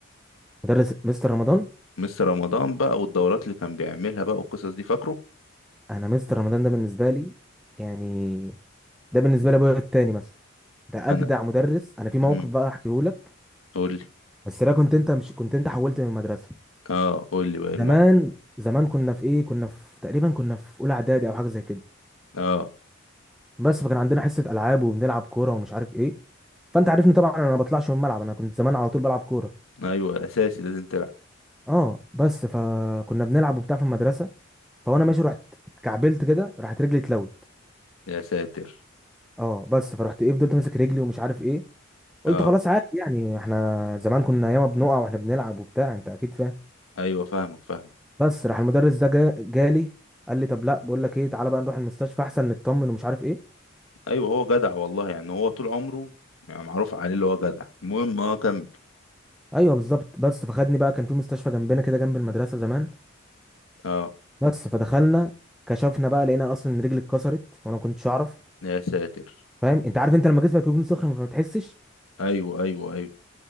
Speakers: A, in the centre; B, on the left.
A: مدرس مستر رمضان
B: مستر رمضان بقى والدورات اللي كان بيعملها بقى والقصص دي فاكره
A: انا مستر رمضان ده بالنسبه لي يعني ده بالنسبه لي ابويا التاني مثلا ده
B: انا
A: اجدع مدرس انا في موقف
B: امم
A: بقى احكيه لك
B: قول لي
A: بس ده كنت انت مش كنت انت حولت من المدرسه
B: اه قول لي بقى الموقف
A: زمان زمان كنا في ايه كنا في تقريبا كنا في اولى اعدادي او حاجه زي كده
B: اه
A: بس فكان عندنا حصه العاب وبنلعب كوره ومش عارف ايه فانت عارفني طبعا انا ما بطلعش من الملعب انا كنت زمان على طول بلعب كوره
B: ايوه اساسي لازم تلعب
A: اه بس فكنا بنلعب وبتاع في المدرسه فوانا ماشي رحت اتكعبلت كده راحت رجلي اتلوت
B: يا ساتر
A: اه بس فرحت ايه فضلت ماسك رجلي ومش عارف ايه قلت
B: اه
A: خلاص عادي يعني احنا زمان كنا ياما بنقع واحنا بنلعب وبتاع انت اكيد فاهم
B: ايوه فاهمك فاهمك
A: بس راح المدرس ده جا- جالي قال لي طب لا بقول لك ايه تعالى بقى نروح المستشفى احسن نطمن ومش عارف ايه
B: ايوه هو جدع والله يعني هو طول عمره يعني معروف عليه اللي هو جدع المهم اه كمل
A: ايوه بالظبط بس فخدني بقى كان في مستشفى جنبنا كده جنب المدرسه زمان
B: اه
A: بس فدخلنا كشفنا بقى لقينا اصلا ان رجلي اتكسرت وانا ما كنتش اعرف
B: يا ساتر
A: فاهم انت عارف انت لما جسمك يكون صخر فما تحسش
B: ايوه ايوه ايوه